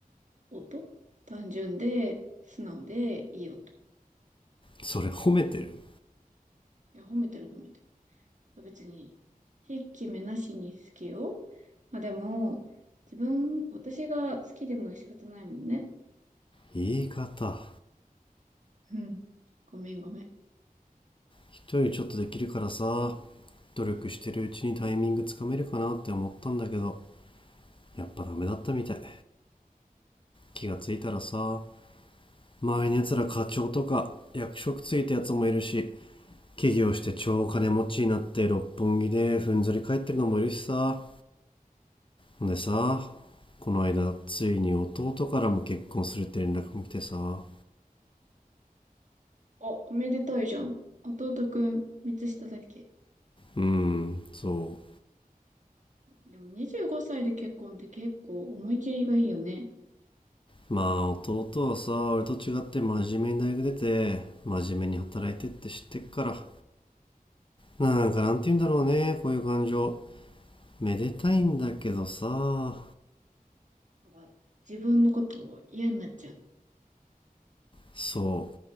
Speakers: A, on the right (about 55°); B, on the left (about 35°).
A: 音単純で、素直で、いい音。
B: それ褒めてる
A: いや、褒めてる褒めてる。別に、ひいき目なしに好きよ。まあでも、自分、私が好きでも仕方ないもんね。
B: 言い方
A: うん。ごめんごめん。
B: 人よりちょっとできるからさ努力してるうちにタイミングつかめるかなって思ったんだけどやっぱダメだったみたい気がついたらさ周りのやつら課長とか役職ついたやつもいるし起業して超金持ちになって六本木でふんぞり返ってるのもいるしさほんでさこの間ついに弟からも結婚するって連絡も来てさ
A: あ、おめでたいじゃん。弟くん、三つ下だっけ
B: うんそ
A: でも25歳で結婚って結構思い切りがいいよね。
B: まあ弟はさ俺と違って真面目に大学出て真面目に働いてって知ってっからなんかなんて言うんだろうねこういう感情めでたいんだけどさ
A: なんか自分のことを嫌になっちゃう。
B: そ